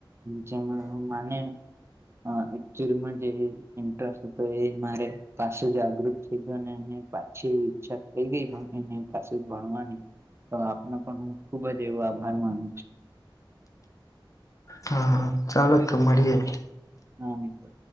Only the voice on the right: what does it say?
જેમ માને હ એક્ચુઅલી જે ઇન્ટરેસ્ટ તો એ મારે પાછું જાગૃત થઈ ગયો ને એને પાછી ઈચ્છા થઈ ગઈ એને પાછું જ ભણવાની તો આપનો પણ હું ખુબ જ એવો આભાર માનું છુ.
હા તો